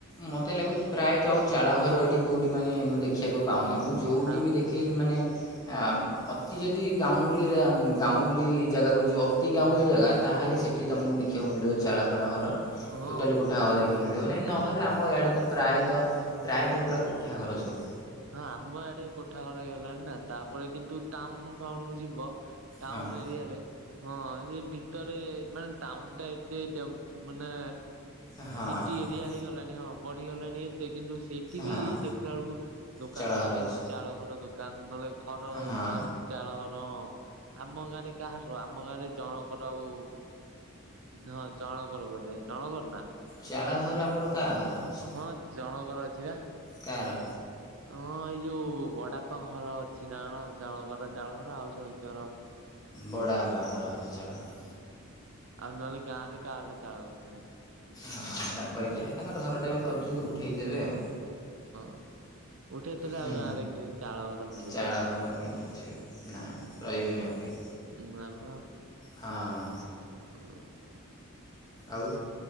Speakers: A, on the left; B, on the right.
A: ମତେ ଲାଗୁଛି ପ୍ରାୟତଃ ଆଉ ଚାଳଘର ଏଠି କୋଉଠି ମାନେ ମୁଁ ଦେଖିବାକୁ ପାଉନି ମୁଁ ଯୋଉଠି
B: ନା
A: ବି
B: ବା
A: ଦେଖେଇି ମାନେ ଆ ଅତି ଯଦି ଗାଉଁଲି ଗାଉଁଲି ଜାଗାକୁ ଯ ଅତି ଗାଉଁଲି ଜାଗା ତାହେଲେ ସେଠି ତମକୁ ଦେଖିବାକୁ ମିଳିବ ଚାଳ ଫାଳ ଘରେ ଟା
B: ହଁ
A: କୋଠା କୋଠାଘର ଦେଖିବାକୁ ମିଳିବନି ନହେଲେ
B: ଆରେ
A: ଆମ ଇଆଡେ
B: ଚା
A: ପ୍ରାୟତ ପ୍ରାୟତଃ ପୁରା କୁଠା ଘର ସବୁ
B: ହଁ ଆମ ଆଡେ କୋଠା ଘର ହେଇଗଲାଣି ନା ତାପରେ କିନ୍ତୁ ଟାଉନ ଫାଉନ ଯିବ ଟାଉନ
A: ହଁ
B: ଏରିଆରେ ହଁ ସେ ଭିତରେ ମାନେ ଟାଉନ ଟା ଏତେଡ ମାନେ
A: ହଁ ହଁ
B: ସିଟି ଏରିଆ ହେଇଗଲାଣି ହଁ ବଢିଗଲାଣି ଏତେ କିନ୍ତୁ ସେଇଠି ବି
A: ହଁ
B: ଦେଖିଲା ବେଳକୁ ଦୋକାନ
A: ଚାଳ
B: ଗୁଡା
A: ଘର
B: ସବୁ
A: ଅଛି
B: ଚାଳ ଘର ଦୋକାନ ନହେଲେ ଘର
A: ହଁ
B: ଗୁଡା ହଉଛି ଚାଳ ଘରଁ ଆମ ଗାଁରେ କାହାର ଆମ ଗାଁରେ ଜଣକର ଆଉ ହଁ ଜଣ କରର ଜଣ କର ନା?
A: ଚାଳହର ଆମର କାହାଘର ଅଛି।
B: ହଁ ଜଣଙ୍କର ଅଛି ବା।
A: କାର?
B: ହଁ ଏଇ ଯୋଉ ବଡପାଘର ଅଛି ନାଣ ଜଣକର ଚାଳ ଘର ଆଉ ସହିତର
A: ବଡ଼ବାପା ଘର ଘର
B: ଆଉ ନହେଲେ ଗାଁ ରେ କାହାରଚାଳ ଘର ନାହିଁ।
A: ହଁ ତାଙ୍କରି ଖାଲେ ତାଙ୍କର ଘରଟା ବି କରୁଛନ୍ତି ଉଠାଇ ଦେବେ ଆଉ।
B: ହ <inaudible> ଉଠେଇ ଦେଲେ
A: ହୁଁ
B: ଆଉ ଗାଁରେ ଚାଳ ଘର ମିଳିବନ
A: ଚାଳ ଘର କେହି ନଥିବେ ନା
B: ହୁଁ।
A: ରହିବେନି ଆଉ କେହି
B: <unintelligible>
A: ହଁ।
B: <inaudible>
A: ଆଉ!